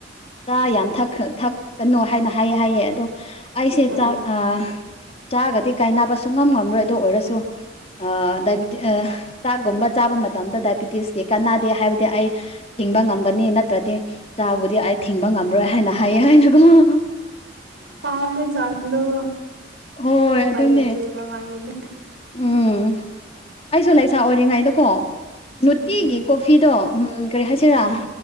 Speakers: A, on the left (about 35°); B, on the right (about 65°).
A: ꯆꯥ ꯌꯥꯝ ꯊꯛꯈ ꯊꯛ ꯀꯅꯨ ꯍꯥꯏꯅ ꯍꯥꯏꯌꯦ ꯍꯥꯏꯌꯦ ꯑꯗꯣ ꯑꯩꯁꯦ
B: ꯎꯝ
A: ꯆꯥꯛ ꯑ ꯆꯥꯒꯗꯤ ꯀꯥꯏꯅꯕ ꯁꯨꯨꯡꯉꯝ ꯉꯝꯔꯣꯏ ꯑꯗꯨ ꯑꯣꯏꯔꯁꯨ ꯑꯥ ꯗꯥꯏꯕ ꯇꯤ ꯑ ꯆꯥꯛꯒꯨꯝꯕ ꯆꯥꯕ ꯃꯇꯝꯗ ꯗꯥꯏꯕꯤꯇꯤꯁꯀꯤ ꯀꯥꯟꯅꯗꯦ ꯍꯥꯏꯕꯗꯤ ꯑꯩ ꯍꯤꯡꯕ ꯉꯒꯅꯤ ꯅꯠꯇꯔꯥꯗꯤ ꯆꯥꯕꯨꯗꯤ ꯑꯩ ꯊꯤꯡꯕ ꯉꯝꯔꯣꯏ ꯍꯥꯏꯅ ꯍꯥꯏꯌꯦ ꯍꯥꯏꯅꯀꯣ <unintelligible>
B: ꯄꯥꯝꯕ ꯆꯥꯡꯗꯣꯀꯣ
A: ꯍꯣꯏ
B: ꯎꯄꯥꯏ
A: ꯑꯗꯨꯅꯦ
B: ꯂꯩꯇ꯭꯭ꯔꯦꯕ ꯃꯥꯒꯤꯅ
A: ꯎꯝ ꯑꯩꯁꯨ ꯂꯩꯁꯥ ꯑꯣꯏꯔꯤꯉꯩꯗꯀꯣ ꯅꯨꯠꯇꯤꯒꯤ
B: ꯎꯝ
A: ꯀꯣꯐꯤꯗꯣ ꯎꯝ ꯀꯔꯤ ꯍꯥꯏꯁꯤꯔꯥ꯫
B: ꯎꯝ